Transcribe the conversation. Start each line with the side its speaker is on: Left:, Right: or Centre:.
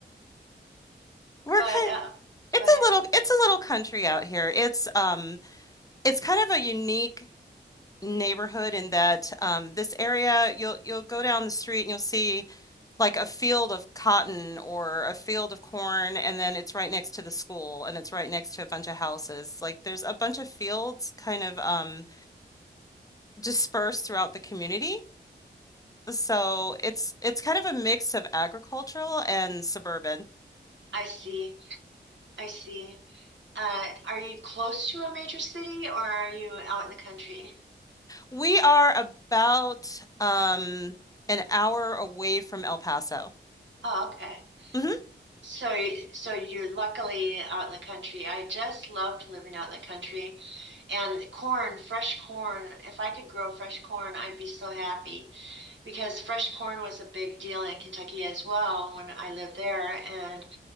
Left: We're
Right: But
Left: kind
Right: uh,
Left: it's
Right: go ahead.
Left: a little it's a little country out here. It's um it's kind of a unique neighborhood in that um this area you'll you'll go down the street and you'll see like a field of cotton or a field of corn and then it's right next to the school and it's right next to a bunch of houses. Like there's a bunch of fields kind of um dispersed throughout the community. So it's it's kind of a mix of agricultural and suburban.
Right: I see. I see. Uh, are you close to a major city or are you out in the country?
Left: We are about um an hour away from El Paso.
Right: Oh, okay.
Left: hmm
Right: So, so you're luckily out in the country. I just loved living out in the country. And corn, fresh corn, if I could grow fresh corn, I'd be so happy because fresh corn was a big deal in Kentucky as well when I lived there. And